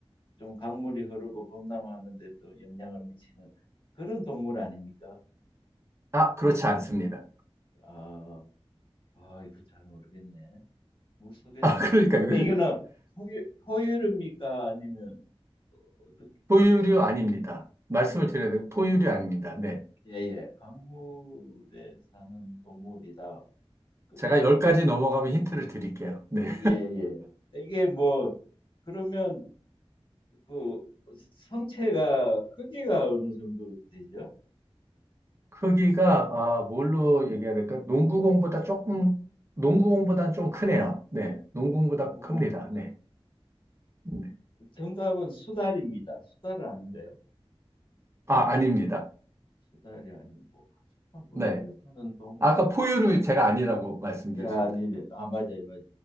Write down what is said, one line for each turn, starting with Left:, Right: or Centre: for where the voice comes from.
Left: 좀 강물이 흐르고 범람하는데 또 영향을 미치는 그런 동물 아닙니까?
Right: 아, 그렇지 않습니다.
Left: 아, 아, 이거 잘 모르겠네. 물 속에
Right: 아,
Left: 사는.
Right: <laughs> 그러니까
Left: 그러면
Right: 그
Left: 이거는 포유, 포유류입니까? 아니면, 어떻게,
Right: 포유류 아닙니다. 말씀을 드려야 돼요. 포유류 아닙니다. 네.
Left: 예, 예. 강물에 사는 동물이다. 그,
Right: 제가 열가지 넘어가면 힌트를 드릴게요. 네.
Left: 예, 예. 이게 뭐, 그러면 그 성체가 크기가 어느 정도 되죠?
Right: 크기가 아, 뭘로 얘기해야 될까? 농구공보다 조금 농구공보다는 좀 크네요. 네. 농구공보다
Left: 농구공보다.
Right: 큽니다. 네. 네.
Left: 정답은 수달입니다. 수달은 아닌가요?
Right: 아, 아닙니다.
Left: 수달이 아니고. 아, 물속에
Right: 네.
Left: 사는 동물.
Right: 아까 포유류 제가 아니라고 말씀드렸습니다.
Left: 야, 아니, 예, 아, 맞아요, 맞아요.